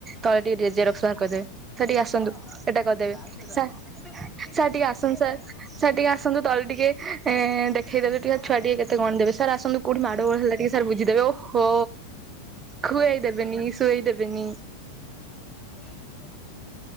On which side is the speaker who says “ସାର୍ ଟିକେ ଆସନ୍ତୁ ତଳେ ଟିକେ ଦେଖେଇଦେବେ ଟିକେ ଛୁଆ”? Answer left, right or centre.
Right